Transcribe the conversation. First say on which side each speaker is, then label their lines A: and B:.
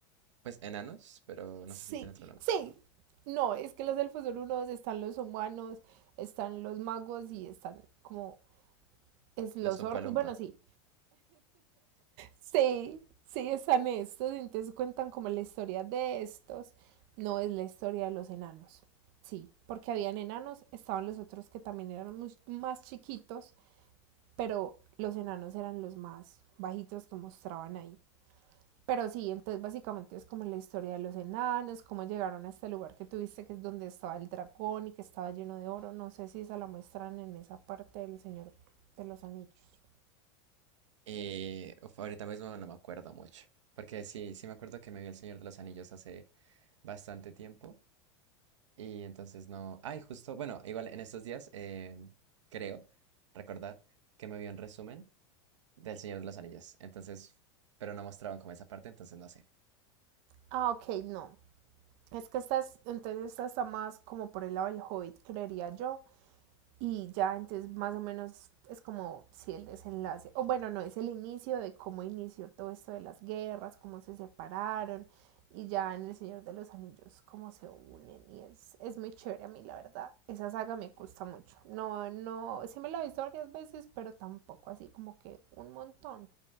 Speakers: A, on the right; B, on the right.
A: Pues enanos, pero
B: Sí,
A: no sé si tiene otro nombre.
B: sí. No, es que los elfos son unos, están los humanos, están los magos y están como es los
A: Los Umpalumpa.
B: orcos, bueno, sí, Sí, sí, están estos, entonces cuentan como la historia de estos, no es la historia de los enanos. Sí, porque habían enanos, estaban los otros que también eran muy- más chiquitos, pero los enanos eran los más bajitos que mostraban ahí. Pero sí, entonces básicamente es como la historia de los enanos, cómo llegaron a este lugar que tuviste, que es donde estaba el dragón y que estaba lleno de oro. No sé si esa la muestran en esa parte del Señor de los Anillos.
A: Eh, uf, ahorita mismo no me acuerdo mucho, porque sí, sí me acuerdo que me vi El Señor de los Anillos hace bastante tiempo y entonces no... Ay, justo, bueno, igual en estos días eh, creo recordar que me vi un resumen del Señor de los Anillos, entonces, pero no mostraban como esa parte, entonces no sé.
B: Ah, ok, no. Es que estas entonces esta está más como por el lado del Hobbit, creería yo. Y ya, entonces más o menos es como si sí, el desenlace, o bueno, no, es el inicio de cómo inició todo esto de las guerras, cómo se separaron, y ya en El Señor de los Anillos, cómo se unen, y es, es muy chévere a mí, la verdad. Esa saga me gusta mucho. No, no, sí me la he visto varias veces, pero tampoco así como que un montón.